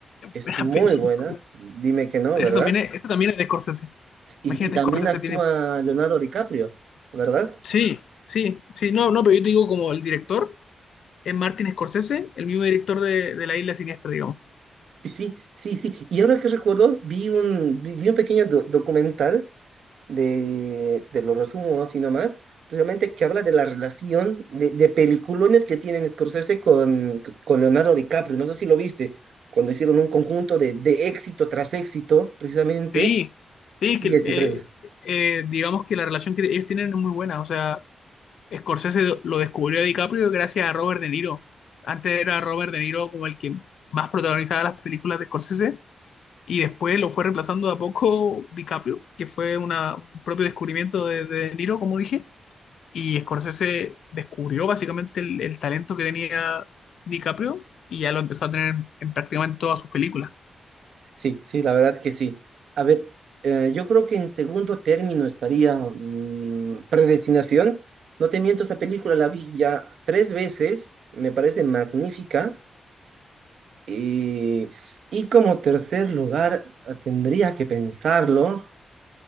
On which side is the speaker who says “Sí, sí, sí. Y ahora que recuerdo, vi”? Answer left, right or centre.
Right